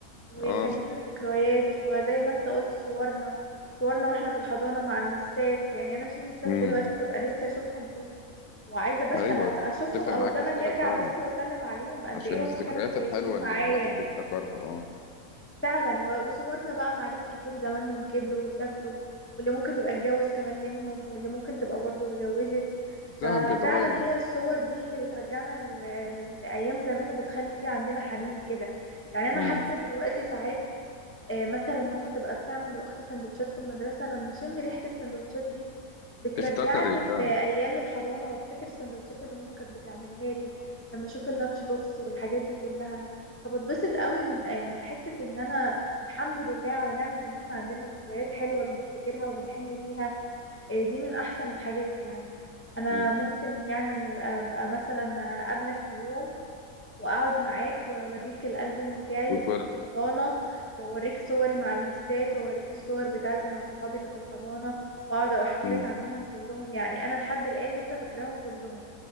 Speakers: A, on the left; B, on the left.
A: وكان
B: اه
A: لينا ذكريات وزي ما انت قلت صورنا صورنا واحنا في الحضانة مع المسات يعني انا في مسات
B: امم
A: دلوقتي ببقى نفسي اشوفهم تاني وعايزة بس
B: ايوه
A: أ- اشوفهم
B: اتفق
A: او
B: معاك
A: الزمن
B: في كده
A: يرجع
B: فعلا
A: بس واسلم عليهم قد
B: عشان
A: ايه
B: الذكريات
A: هما كانوا كويسين
B: الحلوه اللي
A: معايا
B: الواحد بيفتكرها اه
A: فعلا و- وصورنا بقى مع ناس كتير زمانهم كبروا وسافروا واللي ممكن يبقى اتجوز كمان منهم واللي ممكن تبقى برضو اتجوزت
B: الزمن
A: ففعلا
B: بيتغير
A: هي الصور دي اللي بترجعنا ل- ل- لأيام زمان وبتخلي في عندنا حنين كده يعني انا
B: امم
A: حتى دلوقتي ساعات آه، مثلا ماما تبقى بتعمل لأختي سندوتشات في المدرسة لما أشم ريحة السندوتشات دي بترجعني
B: تفتكر ايه فعلا
A: لأيام الحضانة وأفتكر السندوتشات اللي ماما كانت بتعملها لي لما أشوف اللانش بوكس والحاجات دي كلها فبتبسط قوي من آه، من حتة إن أنا الحمد لله على نعمة إن إحنا عندنا ذكريات حلوة بنفتكرها وبنحن ليها آه، دي من أحسن الحاجات يعني أنا
B: امم
A: ممكن يعني أبقى مثلا أقابلك في يوم واقعد معاك واوريك الالبوم بتاعي اللي
B: وتور...
A: في الحضانه واوريك صوري مع المسات واوريك الصور بتاعتي مع صحابي اللي في الحضانه واقعد احكي
B: امم
A: لك عنهم كلهم يعني انا لحد الان لسه فاكراهم كلهم